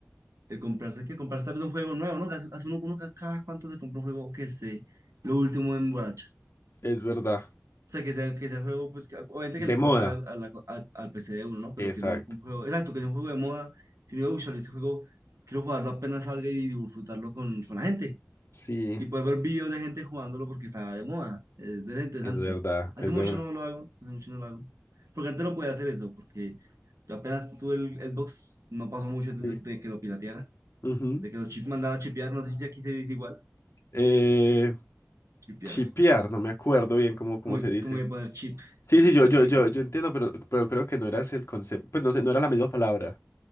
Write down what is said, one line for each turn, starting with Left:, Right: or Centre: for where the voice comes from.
Right: el comprarse, que comprarse tal vez un juego nuevo, ¿no? Hace hace uno, uno ca- cada cuánto se compra un juego que esté lo último en borracha.
Left: Es verdad.
Right: O sea, que sea, que sea un juego, pues, que- obviamente
Left: De
Right: que le
Left: moda.
Right: corra al, a la- al, al PC de uno, ¿no? Pero
Left: Exacto.
Right: que sea un, un juego, exacto, que sea un juego de moda. Que yo digo, "Ush, este juego quiero jugarlo apenas salga y disfrutarlo con, con la gente.
Left: Sí,
Right: Y poder ver videos de gente jugándolo porque está de moda. Es, es interesante.
Left: es verdad,
Right: Hace
Left: es
Right: mucho
Left: verdad.
Right: no lo hago, hace mucho no lo hago. Porque antes lo podía hacer eso, porque yo apenas tuve el Xbox, no pasó mucho antes
Left: Sí.
Right: de, de que lo pirateara,
Left: Ujú.
Right: de que lo chip mandaba a chipear, no sé si aquí se dice igual,
Left: Eh,
Right: chipear.
Left: chipear, no me acuerdo bien cómo, cómo
Right: Como,
Left: se dice.
Right: como de poner chip,
Left: Sí,
Right: chipear,
Left: sí, yo, yo,
Right: le
Left: yo,
Right: dicen.
Left: yo entiendo, pero, pero creo que no era ese el concepto. Pues no sé, no era la misma palabra.